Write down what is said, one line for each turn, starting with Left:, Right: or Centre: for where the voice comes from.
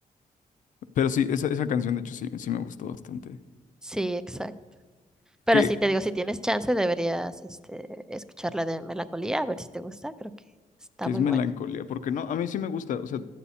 Left: Pero sí, esa, esa canción de hecho sí, sí me gustó bastante.
Centre: Sí, exacto. Pero
Left: que
Centre: sí, te digo, si tienes chance, deberías este, escuchar la de Melancolía, a ver si te gusta, creo que está
Left: que
Centre: muy
Left: es melancolía,
Centre: buena.
Left: porque no, a mí sí me gusta, o sea,